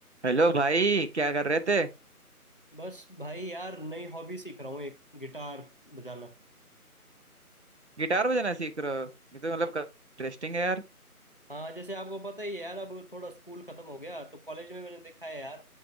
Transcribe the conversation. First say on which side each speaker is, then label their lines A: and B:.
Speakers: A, on the right; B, on the left.
A: Hello भाई क्या कर रहे थे
B: बस भाई यार नई हॉबी सीख रहा हूँ एक गिटार बजाना
A: गिटार बजाना सीख रहे हो ये तो मतलब इंटरेस्टिंग है यार
B: हाँ जैसे आपको पता ही है यार अब थोड़ा स्कूल खत्म हो गया तो कॉलेज में मैंने देखा है यार